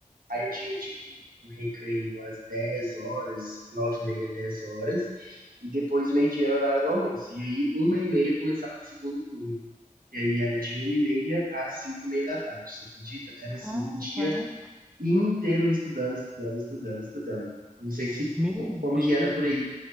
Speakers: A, on the right; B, in the centre.
A: Aí eu tinha, tipo, o recreio às 10 horas, 9 e meia, 10 horas, e depois meio-dia era o horário do almoço. E aí, uma e meia começava o segundo turno. E aí era de uma e meia às cinco e meia da tarde, você acredita? Era assim,
B: Cara,
A: o dia inteiro estudando, estudando, estudando, estudando. Não sei se
B: Meu
A: co-
B: Deus.
A: como que era por aí.